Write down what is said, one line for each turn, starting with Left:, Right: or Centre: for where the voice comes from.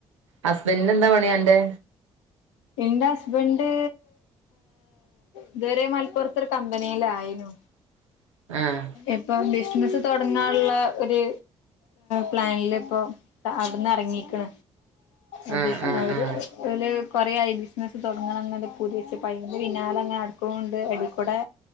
Right: ഹസ്ബൻഡന് എന്താ പണിയന്റെ
Left: എന്റെ ഹസ്ബൻഡ് ഇതുവരെ മലപ്പുറത്ത് ഒരു കമ്പനിയിലായിന്നു
Right: <inaudible> ആഹ്
Left: ഇപ്പൊ ബിസ്നസ് തുടങ്ങാനുള്ള ഒരു പ്ലാനില ഇപ്പൊ അവിടുന്ന് ഇറങ്ങീക്കണ അത
Right: ആഹ്
Left: അവര്
Right: ആഹ്
Left: അ കൊറയായി ബിസിനസ്സ് തുടങ്ങണം എന്നല്ല പൂരിച്ച് പയന്റെ വിനാലങ്ങനെ അടുക്കണ്ട് അടിക്കൂടെ